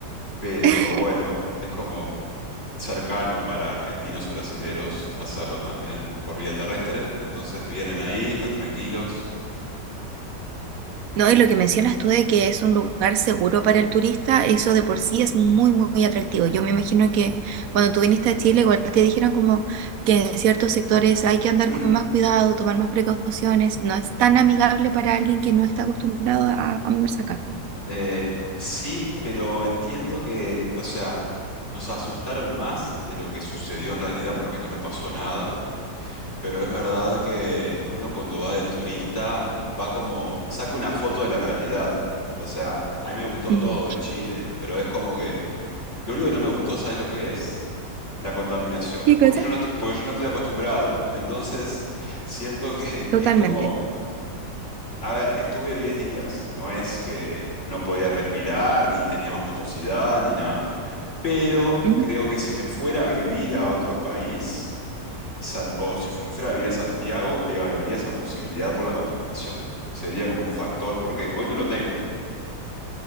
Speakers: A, on the left; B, on the right.
A: Pero
B: <laughs>
A: bueno, es como cercano para argentinos o brasileros hacerlo también por vía terrestre. Entonces vienen ahí, están tranquilos.
B: No, y lo que mencionas tú de que es un lugar seguro para el turista, eso de por sí es muy, muy, atractivo. Yo me imagino que cuando tú viniste a Chile, igual te dijeron como que en ciertos sectores hay que andar
A: Mm.
B: con más cuidado, tomar más precauciones. No es tan amigable para alguien que no está acostumbrado a, a moverse acá.
A: Eh, sí, pero entiendo que, o sea, nos asustaron más de lo que sucedió en realidad porque no me pasó nada. Pero es verdad que uno cuando va de turista va como, saca una foto de la realidad. O sea, a mí me gustó
B: Ujú.
A: todo de Chile, pero es como que Lo único que no me gustó, ¿sabes lo que es? La contaminación,
B: ¿Qué cosa?
A: porque yo no, est- porque yo no estoy acostumbrado. Entonces, siento que
B: Totalmente.
A: <laughs> es como, a ver, estuve 10 días, no es que no podía respirar, ni tenía más mucosidad, ni nada. Pero
B: Ujú.
A: creo que si me fuera a vivir a otro país, San- o si me fuera a vivir a Santiago, evaluaría esa posibilidad por la contaminación. Sería como un factor, porque hoy no lo tengo.